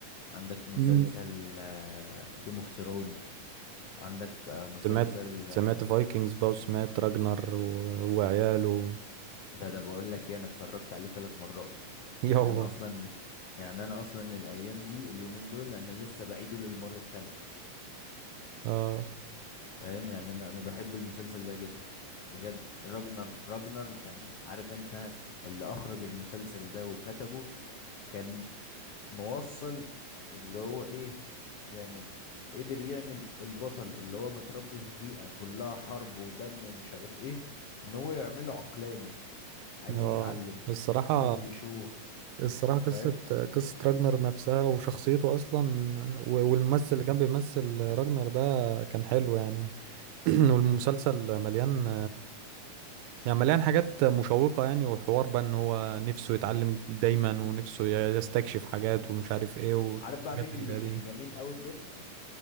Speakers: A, on the left; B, on the right.
A: عندك مسلسل
B: مم.
A: جيم اوف ثرون عندك آه، مسلسل
B: سمعت سمعت
A: آه،
B: فايكنجز بقى وسمعت راجنر و... وعياله
A: ده ده بقول لك ايه انا اتفرجت عليه ثلاث مرات
B: <laughs> يابا
A: يعني انا اصلا يعني انا اصلا الايام دي اليومين دول انا لسه بعيده للمره الثالثه
B: اه
A: فاهم يعني انا انا بحب المسلسل ده جدا بجد راجنر راجنر كان عارف انت اللي اخرج المسلسل ده وكتبه كان موصل اللي هو ايه يعني قدر يعمل البطل اللي هو متربي في بيئة كلها حرب ودم ومش عارف ايه ان هو يعمله عقلاني عايز
B: اه
A: يتعلم
B: الصراحة
A: عايز يشوف
B: الصراحة قصة
A: فاهم
B: قصة راجنر نفسها وشخصيته أصلا و- والممثل اللي كان بيمثل راجنر ده كان حلو يعني <clears throat> والمسلسل مليان يعني مليان حاجات مشوقة يعني وحوار بقى ان هو نفسه يتعلم دايما ونفسه يستكشف حاجات ومش عارف ايه والحاجات
A: عارف بقى مين
B: اللي
A: اللي
B: هي
A: كان
B: دي
A: جميل قوي بجد